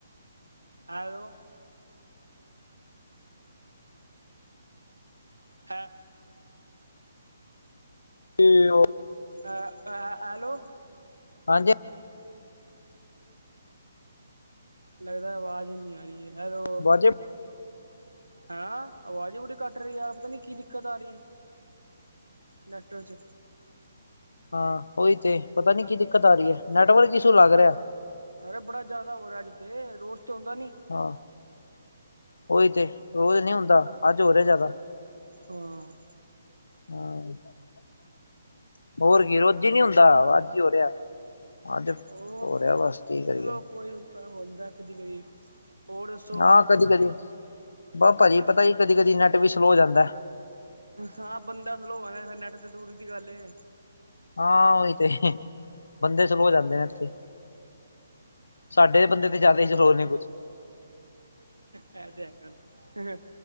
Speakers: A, on the right (about 85°); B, on the left (about 70°).
A: ਐਲੋ। ਹੈ
B: ਤੇ, ਉਹ
A: ਅ, ਐ, ਐਲੋ।
B: ਹਾਂਜੀ।
A: ਲੱਗਦਾ ਆਵਾਜ਼ ਇੰਨੀ ਆ ਰਹੀ ਹੈ, ਹੈਲੋ।
B: ਬਾਜੇ
A: ਹੈਂ ਆਵਾਜ਼ ਹੀ ਬੜੀ ਕੱਟ ਰਹੀ ਯਾਰ, ਪਤਾ ਨਹੀਂ ਕੀ ਦਿੱਕਤ ਆ ਰਹੀ ਹੈ, ਨੈਟਵਰਕ'ਚ
B: ਹਾਂ, ਉਹੀ ਤੇ, ਪਤਾ ਨੀ ਕੀ ਦਿੱਕਤ ਆ ਰਹੀ ਹੈ, ਨੈਟਵਰਕ ਇਸ਼ੂ ਲੱਗ ਰਿਹਾ।
A: ਅਰੇ ਬੜਾ ਜ਼ਿਆਦਾ ਹੋ ਰਿਹਾ ਅੱਜ ਤੇ, ਰੋਜ ਤੇ ਹੁੰਦਾ ਨੀ।
B: ਹਾਂ, ਉਹੀ ਤੇ, ਰੋਜ਼ ਨਹੀਂ ਹੁੰਦਾ, ਅੱਜ ਹੋ ਰਿਹਾ ਜ਼ਿਆਦਾ।
A: ਹੂੰ।
B: ਹਾਂ <unintelligible> ਹੋਰ ਕੀ ਰੋੱਜੀ ਹੀ ਨਹੀਂ ਹੁੰਦਾ, ਅੱਜ ਹੀ ਹੋ ਰਿਹਾ, ਅੱਜ
A: ਉਹ
B: ਹੋ ਰਿਹਾ ਬਸ। ਕੀ ਕਰੀਏ
A: ਚਲੋ ਕੋਈ ਹੁੰਦਾ, ਕਦੀ-ਕਦੀ ਹੋਰ, ਦੱਸੋ?
B: ਹਾਂ ਕਦੀ-ਕਦੀ, ਬ ਭਾਜੀ ਪਤਾ ਕੀ ਕਦੀ-ਕਦੀ ਨੈੱਟ ਵੀ ਸਲੋਅ ਹੋ ਜਾਂਦਾ।
A: ਹਾਂ, ਬੰਦਾ ਸਲੋ ਆ ਫਿਰ ਨੈਟ ਤੇ, ਦੂਰੀ ਦੀ ਗੱਲ ਏ।
B: ਹਾਂ, ਉਹੀ ਤੇ, ਬੰਦੇ ਸਲੋ ਜਾਂਦੇ ਨੇ ਇੱਥੇ। ਸਾਡੇ ਬੰਦੇ ਤੇ ਜ਼ਿਆਦਾ ਹੀ, ਸਰੋਰ ਨੇ ਕੁੱਝ
A: ਅਐ ਤੇ, ਹੈਗਾ।